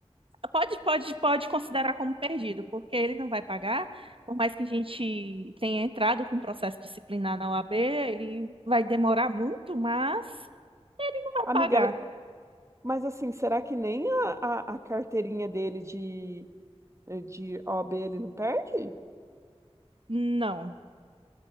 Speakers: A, on the right; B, on the right.
A: pode, pode, pode considerar como perdido, porque ele não vai pagar, por mais que a gente tenha entrado com um processo disciplinar na OAB, ele vai demorar muito, mas não vai
B: Amiga,
A: pagar.
B: ela- mas assim, será que nem a, a, a carteirinha dele de eh, de O A B ele não perde?
A: Não,